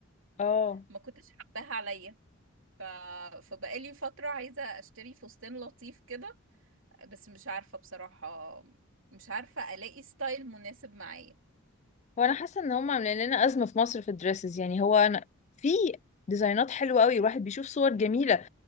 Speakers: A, on the left (about 35°); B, on the right (about 65°).
A: اه
B: ما كنتش حباها عليا ف... فبقالي فترة عايزة اشتري فستان لطيف كده بس مش عارفة بصراحة مش عارفة ألاقي ستايل مناسب معايا
A: هو انا حاسه ان هم عاملين لنا ازمه في مصر في الدريسز يعني هو انا في ديزاينات حلوه قوي الواحد بيشوف صور جميله